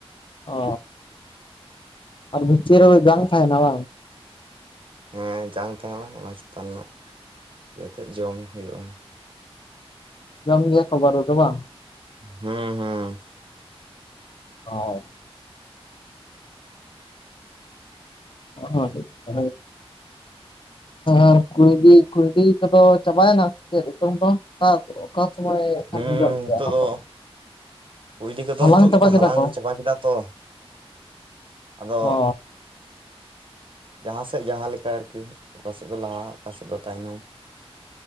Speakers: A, on the left; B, on the right.
A: ᱚ ᱟᱨ ᱵᱦᱤᱛᱤᱨ ᱨᱮᱫᱚ ᱡᱟᱝ ᱛᱟᱦᱮᱱᱟ ᱵᱟᱝ᱾
B: ᱦᱮᱸ ᱡᱟᱝ ᱛᱟᱦᱮᱱᱟ ᱚᱱᱟ ᱪᱮᱛᱟᱱ ᱨᱮᱱᱟᱜ ᱤᱭᱟ ᱛᱮᱫ ᱡᱚᱢ ᱦᱩᱭᱩᱜᱼᱟ᱾
A: ᱡᱚᱢ ᱜᱮᱭᱟ ᱠᱚ ᱵᱟᱨᱩ ᱫᱚ ᱵᱟᱝ?
B: ᱦᱩᱸ ᱦᱩᱸ᱾
A: ᱚ᱾ <unintelligible> ᱟᱨ ᱠᱩᱭᱰᱤ᱾ ᱠᱩᱭᱞᱤ ᱠᱚᱫᱚ ᱪᱟᱵᱟᱭ ᱱᱟ ᱥᱮ ᱪᱮᱫ ᱱᱤᱛᱚᱝ ᱫᱚ? ᱚᱠᱟ ᱥᱚᱢᱚᱭ ᱠᱷᱟᱱ
B: ᱦᱩᱸ
A: ᱡᱚᱜ ᱜᱮᱭᱟ
B: ᱱᱤᱛᱳᱜ
A: ᱚᱱᱟ
B: ᱫᱚ ᱠᱩᱭᱞᱤ ᱠᱚᱫᱚ
A: ᱦᱟᱞᱟᱝ
B: ᱱᱤᱛᱳᱜ
A: ᱪᱟᱵᱟ
B: ᱫᱚᱠᱚ
A: ᱠᱮᱫᱟ
B: ᱦᱟᱞᱟᱝ
A: ᱠᱚ
B: ᱪᱟᱵᱟ ᱠᱮᱫᱟ᱾ ᱛᱚ ᱟᱫᱚ
A: ᱚ
B: ᱡᱟᱸᱦᱟ ᱥᱮᱫ ᱡᱟᱸᱦᱟ‌ ᱞᱮᱠᱟ ᱟᱨᱠᱤ᱾ ᱚᱠᱟ ᱥᱮᱫ ᱫᱚ ᱞᱟᱦᱟ, ᱚᱠᱟ ᱥᱮᱫ ᱫᱚ ᱛᱟᱭᱱᱚᱢ᱾